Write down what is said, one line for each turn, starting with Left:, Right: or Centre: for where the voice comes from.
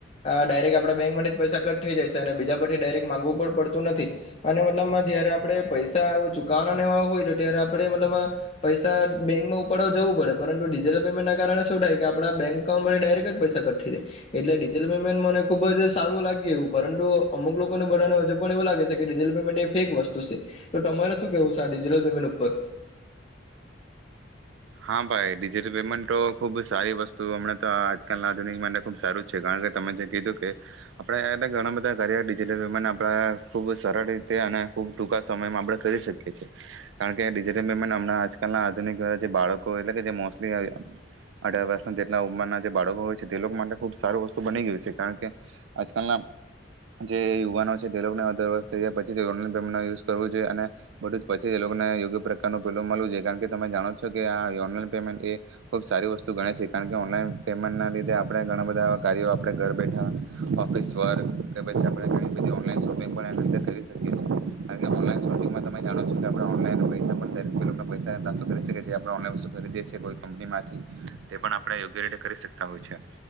Left: ડાયરેક્ટ આપડા બેંકમાંથી જ પૈસા કટ થઈ જાય છે બીજા પછી ડાયરેક્ટ માંગવું પણ પડતું નથી અને મતલબમાં જયારે આપણે પૈસા એ ચુકવા નેવા હોય તો ત્યારે આપણે મતલબ પૈસા બેંકમાં ઉપાડવા જવું પડે પરંતુ ડિજિટલ પેમેન્ટ ના કારણે શું થાય કે આપડા બેંક અાઉન્ટમાંથી ડાયરેક્ટ જ પૈસા કઠી જાય એટલે ડિજિટલ પેમેન્ટ મને ખુબ જ સારું લાગ્યું પરંતુ અમુક લોકોને બધાને હજુ પણ એવું લાગે છે કે ડિજિટલ પેમેન્ટ એ ફેક વસ્તુ છે તો તમારે શું કેવું છે આ ડિજિટલ પેમેન્ટ ઉપર
Right: હા ભાઈ ડિજિટલ પેમેન્ટ તો ખુબ સારી વસ્તુ હમણાં તો આજકાલના આધુનિક ખૂબ સારું જ છે કારણ કે તમે જે કીધું કે આપણે ઘણા બધા કાર્ય ડિજિટલ પેમેન્ટ આપણા ખૂબ સરળ રીતે અને ખૂબ ટૂંકા સમયમાં આપડણે કરી શકીએ છીએ કારણ કે ડિજિટલ પેમેન્ટ હમણાં આજકાલના આધુનિક બાળકો એટલે કે જેલી અઢાર વર્ષ જેટલા ઉંમરના જે બાળકો હોય છે તે લોકો માટે ખુબ સારું વસ્તુ બની ગયું છે કારણ કે આજકાલના જે યુવાનો છે તે લોકોને અઢર વર્ષ થઈયા પછી ઓલાનન્ટ યુઝ કરવું જોઈએ અને બધું જ પછી એ લોકોને યોગ્ય પ્રકાર ન પેલો મળવું જોઈએ કારણ કે તમે જાણો છકે આ ઓનલાઈન પેમેન્ટ એ ખૂબ સારી વસ્તુ ગણે છે કારણ કે ઓનલાઈન પેમેન્ટના લીધે આપણે ઘણા બધા કાર્યો આપણે ઘર બેઠા ઓફિસ વર્ક કે પછી આપણે ઘણી બધી ઓનલાઈન શોપિંગ પણ એના લીધે કરી શકીએ છીએ કારણ કે ઓનલાઈન શોપિંગમાં તમે જાણો છો કે આપણે ઓનલાઈન પૈસા પણ દરેક કિલોના પૈસા નાતો કરી શકીએ આપણે ઓનલાઈન વસ્તુ ખરીદીએ છએ કોઈ કંપની માંથી તે પણ આપણે યોગ્ય રીતે કરી શકતા હોય છે